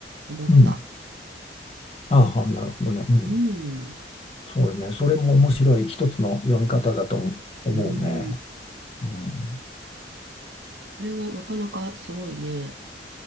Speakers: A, on the right; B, on the left.
A: 思った。
B: うん。あは、なるほどね。うん。
A: うん、
B: そうね。それも面白い一つの読み方だと思うね。
A: うん。
B: うん。
A: それはなかなかすごいね。